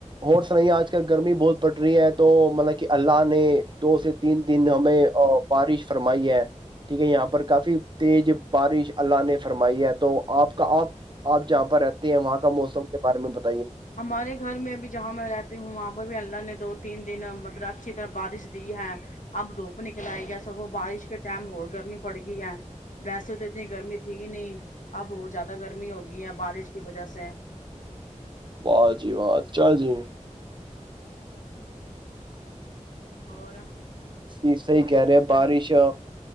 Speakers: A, on the right; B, on the left.
A: اور س نہیں آج کل گرمی بہت پڑ رہی ہے تو مطلب کہ اللہ نے دو سے تین دن ہمیں بارش فرمائی ہے ٹھیک ہے یہاں پر کافی تیز بارش اللہ نے فرمائی ہے تو آپ کا آپ آپ جہاں پر رہتے ہیں وہاں کا موسم کے بارے میں ب
B: ہمارے گھر میں بھی جہاں میں رہتی ہوں وہاں پرہ بھی اللہ نے دو تین دن مطلب اچھی طرح بارش دی ہے اب دھوپ نکل آئی گیا سب وہ بارش کے ٹائم ہو گرمی پڑ گئی ہے ویسے تو اتنی گرمی ت نہیں اب اورت زیادہ گرمی ہوگی ہے بارش کی وجہ سے
A: واہ جی واہ اچھا جی
B: اور
A: یہ صحی
B: اتنی
A: کہہ رہے ہیں بارش
B: گرمی